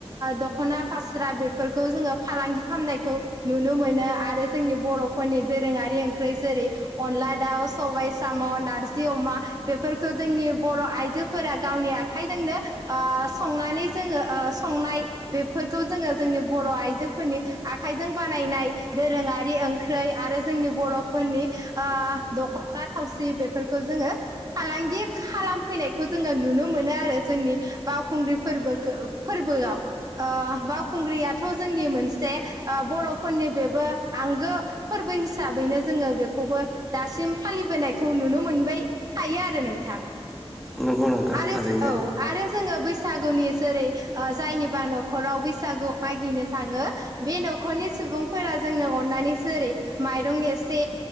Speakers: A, on the right; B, in the centre.
A: दखना फास्रा बेफोरखौ जों फालांगि खालाम खालामनायखौ नुनो मोनो आरो जोंनि बर'फोरनि दोरोङारि ओंख्रि जेरै अनला दाउ सबाय साम' ना नारजि अमा बेफोरखौ जोंनि बर' आइजोफोरा गावनि आखाइजोंनो ओ संनानै नै जोंङो संनाय बेफोरखौ जोंङो जोंनि बर' आइजोफोरनि आखाइजों बानायनाय दोरोंङारि ओंख्रै आरो जोंनि बर'फोरनि ओ दख'ना थावसि बेफोरखौ जोंङो फालांगि खालामफैनायखौ जोंङो नुनो मोनो आरो जोंनि बावखुंग्रि फोरबो फोरखौ फोरबोआव ओ बावखुंग्रियाथ' जोंनि मोनसे आ बर'फोरनि बेबो आंगो फोरबो हिसाबैनो जोङो बेखौबो दासिम फालिबोनायखौ नुनो मोन बाय थायो आरो नोंथां
B: नंगौ नोंथां
A: आरो
B: थारैनो
A: जो औ आरो जोङो बैसागुनि जेरै आ जायनिबा न'खराव बैसागु मागिनो थाङो बे नखरनि सुबुं फोरा जोंनो अननानै जेरै माइरं एसे